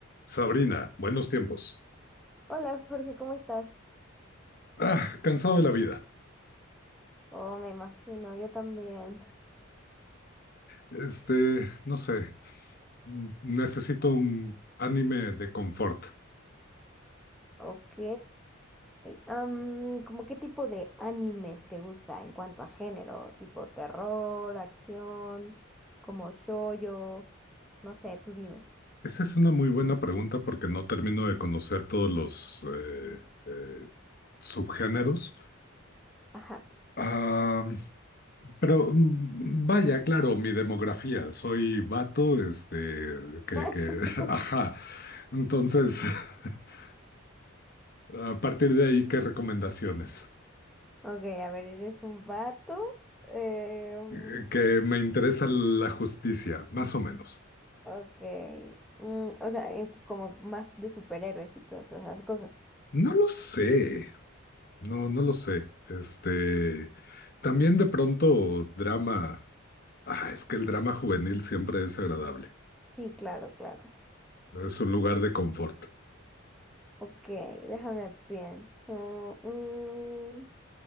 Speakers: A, on the left (about 50°); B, in the centre.
A: Sabrina, buenos tiempos.
B: Hola Jorge, ¿cómo estás?
A: Ah, cansado de la vida.
B: Oh, me imagino, yo también.
A: Este, no sé, mm, necesito un anime de confort.
B: Ok. am, ¿cómo qué tipo de animes te gusta en cuanto a género? Tipo terror, acción, como shoujo, no sé, tú dime.
A: Esa es una muy buena pregunta porque no termino de conocer todos los eh, eh, subgéneros.
B: Ajá.
A: Ah, pero mm, vaya, claro, mi demografía. Soy vato, este, que,
B: <laughs>
A: que, <laughs> ajá. Entonces, <laughs> a partir de ahí, ¿qué recomendaciones?
B: Ok, a ver, eres un vato. eh, mm,
A: Eh, Que me interesa la justicia, más o menos.
B: ok. mm, o sea, en- como más de superhéroes y todas esas cosas.
A: No lo sé, no, no lo sé. Este, también de pronto drama. Ah, es que el drama juvenil siempre es agradable.
B: Sí, claro, claro.
A: Es un lugar de confort.
B: Ok, déjame pienso. Mm,